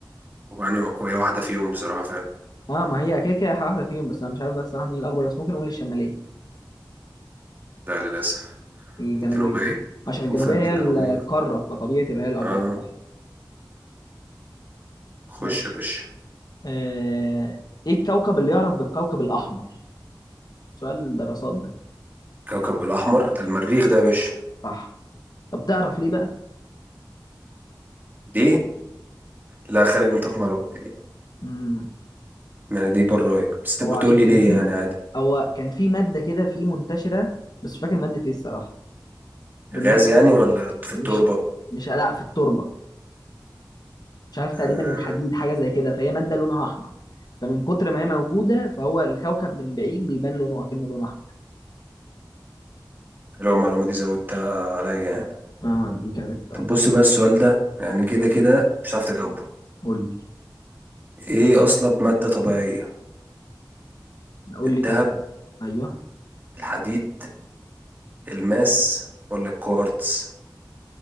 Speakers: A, on the right; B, on the left.
A: ويعني وهي واحدة فيهم بصراحة فعلا
B: اه ما هي كده كده واحدة فيهم بس انا مش عارف بس صراحة مين الأكبر بس ممكن نقول الشمالية
A: لا للأسف
B: الجنوبية
A: جنوبية
B: يعني عشان
A: معروفة
B: الجنوبية
A: يا ابني
B: هي
A: الجنوبية
B: القارة فطبيعي تبقى هي الأكبر
A: اه
B: صح
A: خش
B: ماشي
A: يا باشا
B: آه... ايه الكوكب اللي يعرف بالكوكب الأحمر؟ سؤال الدراسات ده
A: كوكب الأحمر ده المريخ ده يا باشا
B: صح طب تعرف ليه بقى؟
A: دي لا خارج نطاق معلوماتي دي
B: مم.
A: يعني دي براية بس انت
B: هو
A: ممكن
B: عشان
A: تقول لي
B: كان
A: ليه
B: في
A: يعني عادي
B: هو كان في مادة كده في منتشرة بس مش فاكر مادة ايه الصراحة المادة
A: غاز يعني ولا في التربة
B: مش مش لا في التربة مش عارف تقريبا
A: آه
B: الحديد حاجه زي كده فهي ماده لونها احمر فمن كتر ما هي موجوده فهو الكوكب من بعيد بيبان لونه اكنه لون احمر
A: حلوة المعلومة دي زودتها عليا يعني
B: اه دي كاركت اه
A: طب بص بقى السؤال ده يعني كده كده مش عارف تجاوبه
B: قول لي
A: ايه أصلب مادة طبيعية
B: قول
A: الذهب
B: لي طب ايوه
A: الحديد الماس ولا الكوارتز